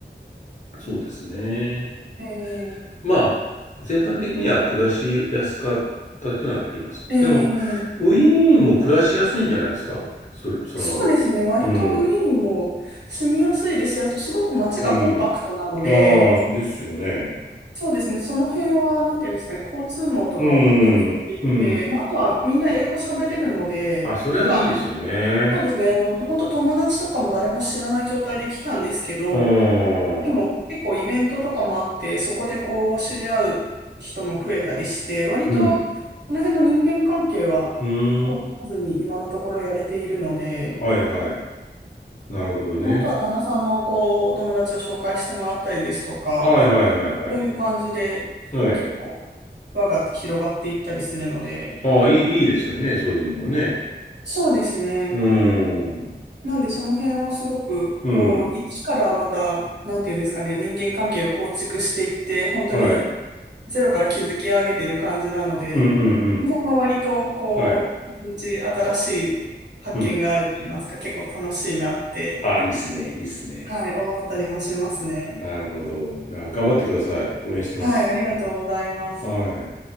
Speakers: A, on the left; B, on the right.
A: そうですね。
B: ええ
A: まあ、全般的には暮らしやすかったっていうのはあります。
B: ええ
A: でも、ウィーンも暮らしやすいんじゃないですかそれ、その、
B: そうですね。割とウィーンも住みやすいですし、
A: うん、
B: あとすごく街がコンパクトなので、
A: うん。ああ、ですよね。
B: そうですね。その辺は、なんていうんですかね、交通網とかは発達していて、
A: うん、うん。
B: まあ、あとはみんな英語喋れるので、
A: あ、それはいいですよね。
B: なんか、そうですね。あの、本当友達とかも誰も知らない状態で来たんですけど、
A: うん、
B: でも結構イベントとかもあって、
A: うん、
B: そこでこう知り合う人も増えたりして、割とこ
A: うん、
B: の辺の人間関係は困らずに今のところやれているので、
A: うん。はいはい。なるほどね。
B: あとは旦那さんのこう、お友達を紹介してもらったりですとか、
A: はいはいはいはい。
B: そういう感じで結構
A: はい。
B: 輪が広がっていったりするので、
A: ああ、いい、いいですよね。そういうのもね。
B: そうですね。
A: うん、
B: なんでその辺はすごく、
A: うん、
B: こう、一からまた、なんていうんですかね、人間関係を構築していって、本当に
A: はい。
B: ゼロから築き上げてる感じなので、
A: うん、うん、うん。
B: その辺は割と、こう、
A: はい。
B: 毎日新しい発見があると言いますか、
A: うん。
B: 結構楽しいなって、
A: あ、いいっすね。いいっすね。
B: はい、思ったりもしますね。
A: なるほど。いや、頑張ってください。応援してます。
B: はい、ありがとうございます。
A: はい。